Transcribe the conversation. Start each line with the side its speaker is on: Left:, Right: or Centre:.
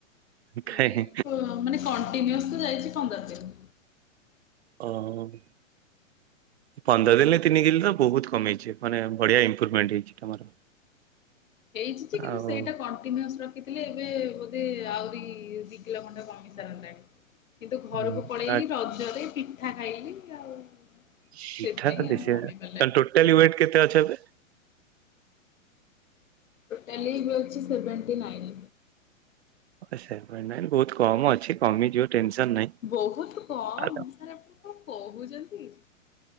Right: କାଇଁ
Left: ଏଇ କଣ ମାନେ କଣ୍ଟିନିଅସଲି ଯାଇଚି ପନ୍ଦର ଦିନ।
Right: ଓଃ ପନ୍ଦର ଦିନରେ ତିନି କିଲର ବୋହୁତ କମିଚି ମାନେ ବଢିଆ ଇମ୍ପ୍ରୁଭମେଣ୍ଟ ହେଇଚି ତମର।
Left: ହେଇଛି ଯେ କିନ୍ତୁ
Right: ଆଉ
Left: ସେଇଟା କଣ୍ଟିନିଅସ୍ ରଖିଥିଲେ ଏବେ ବୋଧେ ଆଉ ଦି-ଦିକିଲ ଖଣ୍ଡେ କମି ସାରନ୍ତାଣି କିନ୍ତୁ ଘରକୁ
Right: ହୁଁ,
Left: ପଳେଇଲି
Right: ଆ
Left: ରଜରେ ପିଠା ଖାଇଲି ଆଉ
Right: ଠିକ୍
Left: ସେଥିପାଇଁ
Right: ଠାକ୍ ନା ବେଶୀ
Left: ଆଉ
Right: ହେବେ
Left: କମି
Right: ତାହେଲେ
Left: ପାରିଲାନି
Right: ଟୋଟାଲି ୱେଟ କେତେ ଅଛ ଏବେ?
Left: ଟୋଟାଲି ହୋଉଚି ସେଭେଣ୍ଟି ନାଇନ୍।
Right: ଓ ସେଭେଣ୍ଟି ନାଇନ୍ ବୋହୁତ କମ ଅଛି କମିଯିବ ଟେନସନ ନାହିଁ।
Left: ବୋହୁତୁ କମ୍
Right: ଆଉ
Left: ସାର୍ ଆପଣ କଣ କହୁଚନ୍ତି?